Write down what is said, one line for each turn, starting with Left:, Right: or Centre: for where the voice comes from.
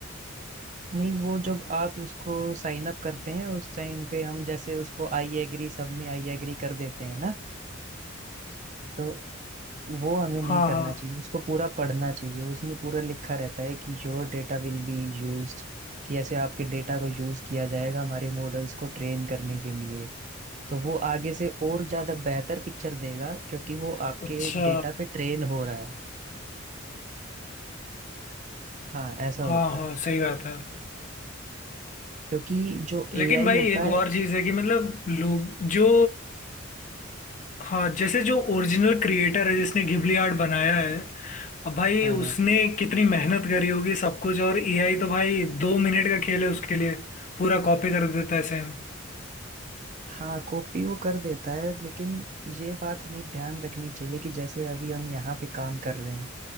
Right: नहीं वो जब आप उसको साइन अप करते हैं उस टाइम पे हम जैसे उसको आई एग्री सब में आई एग्री कर देते हैं ना तो वो हमें नहीं
Left: हाँ
Right: करना
Left: हाँ
Right: चाहिए उसको पूरा पढ़ना चाहिए उसमें पूरा लिखा रहता है कि your data will be used कि ऐसे आपके डेटा को यूज किया जाएगा हमारे मॉडल्स को ट्रेन करने के लिए तो वो आगे से और ज्यादा बेहतर पिक्चर देगा क्योंकि वो आपके
Left: अच्छा
Right: डेटा पे ट्रेन हो रहा है हाँ ऐसा होता
Left: हाँ हाँ
Right: है
Left: सही बात है
Right: क्योंकि जो
Left: लेकिन
Right: एआई
Left: भाई
Right: होता
Left: एक
Right: है
Left: और चीज है कि मतलब लोग जो हाँ जैसे जो ओरिजिनल क्रिएटर है जिसने घिबली आर्ट बनाया है अब भाई
Right: हाँ
Left: उसने कितनी मेहनत करी होगी सब कुछ और एआई तो भाई दो मिनट का खेल है उसके लिए पूरा कॉपी कर देता है सेम
Right: हाँ कॉपी वो कर देता है लेकिन ये बात हमें ध्यान रखनी चाहिए कि जैसे अभी हम यहाँ पे काम कर रहे हैं